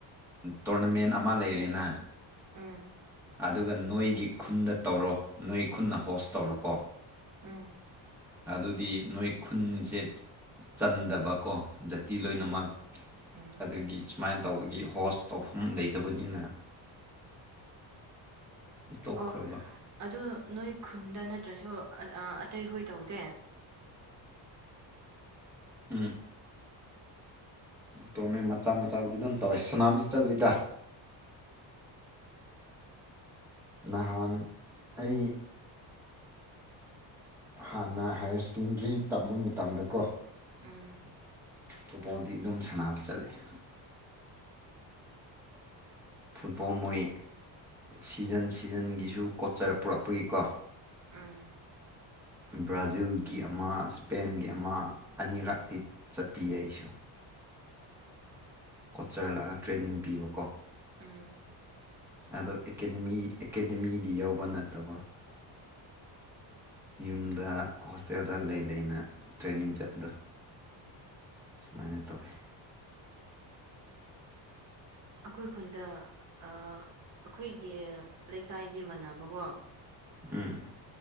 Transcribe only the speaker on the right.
ꯎꯝ
ꯑꯝ
ꯎꯝ ꯎꯝ
ꯑꯣ ꯑꯗꯨ ꯅꯣꯏ ꯈꯨꯟꯗ ꯅꯠꯇ꯭ꯔꯁꯨ ꯑꯇꯩꯈꯣꯏ ꯇꯧꯗꯦ
ꯑꯥ
ꯐꯨꯠꯕꯣꯜꯗꯨ
ꯑꯥ
ꯎꯝ
ꯑꯩꯈꯣꯏ ꯈꯨꯟꯗ ꯑꯩꯈꯣꯏꯒꯤ ꯂꯩꯀꯥꯏꯗꯤ ꯃꯥꯟꯅꯕꯀꯣ